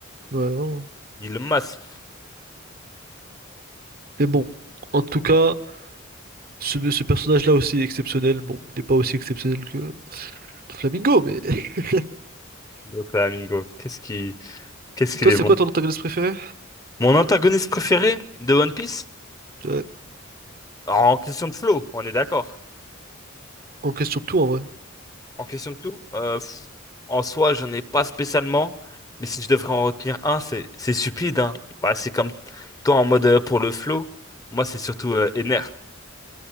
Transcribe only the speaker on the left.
Il le masse.
Le Flamingo. Qu'est-ce qui, qu'est-ce qu'il
est
bon.
Mon antagoniste préféré de One Piece?
En question de flow, on est d'accord.
En question de tout, euh, pff, en soi, j'en ai pas spécialement, mais si je devrais en retenir un, c'est c'est stupide, hein. Bah, c'est comme toi en mode euh, pour le flow, moi c'est surtout euh, Ener.